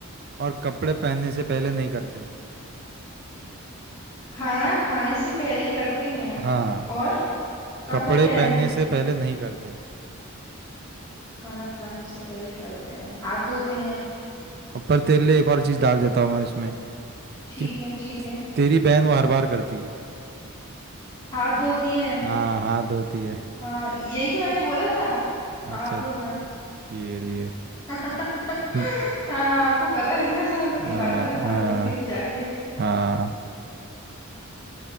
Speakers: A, on the right (about 45°); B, on the left (about 20°).
A: और कपड़े पहनने से पहले नहीं करते
B: खाना खाने से पहले करते हैं
A: हाँ
B: और कपड़े
A: कपड़े
B: पहन
A: पहनने से पहले नहीं करते
B: खाना खाने से पहले करते हैं हाथ धोते हैं
A: और पर तेरे लिए एक और चीज डाल देता हूँ मैं इसमें
B: ठीक
A: कि ते-
B: है ठीक है
A: तेरी बहन वो हर बार करती है
B: हाथ धोती है
A: हाँ हाथ धोती है
B: हाँ यही तो मैंने बोला था
A: अच्छा
B: हाथ धोना
A: ठीक है
B: <laughs>
A: हम्म,
B: हाँ आपको पता है ना सब कि
A: आ,
B: बार
A: आ,
B: बार हाथ धोती हूँ जाके
A: हाँ